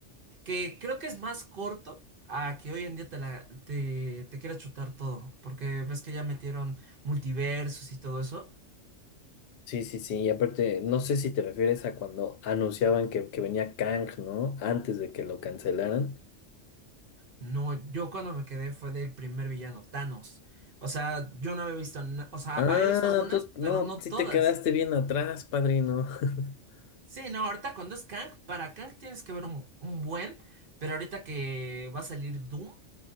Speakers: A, on the right; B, on the left.
A: que creo que es más corto a que hoy en día te, la, te, te quieras chutar todo, porque ves que ya metieron multiversos y todo eso.
B: Sí, sí, sí. Y aparte, no sé si te refieres a cuando anunciaban que, que venía Kang, ¿no? Antes de que lo cancelaran.
A: No, yo cuando me quedé fue del primer villano, Thanos. O sea, yo no había visto, na- o sea,
B: Ah,
A: había visto algunas,
B: tú no,
A: pero no
B: sí
A: todas.
B: te quedaste bien atrás, padrino. <laughs>
A: Sí, no, ahorita cuando es Kang, para Kang tienes que ver un, un buen, pero ahorita que va a salir Doom,